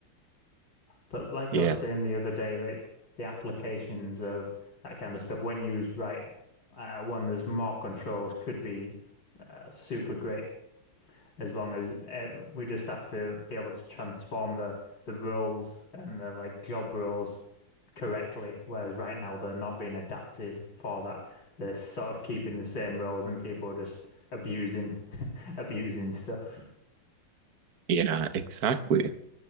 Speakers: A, on the left; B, on the right.
A: But like
B: Yeah,
A: I was saying the other day, like the applications of that kind of stuff, when used right, uh, one there's more controls, could be uh, super great as long as uh, we just have to be able to transform the the rules and the like job rules correctly, whereas right now they're not being adapted for that. They're sort of keeping the same rules and people are just abusing <laughs> abusing stuff.
B: yeah, exactly.